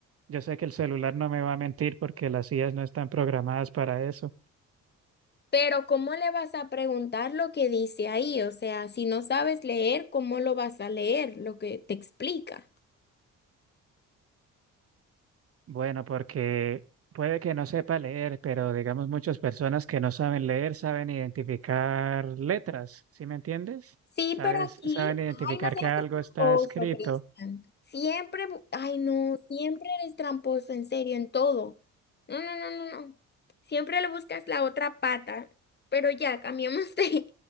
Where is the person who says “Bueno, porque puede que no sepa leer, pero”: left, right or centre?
Right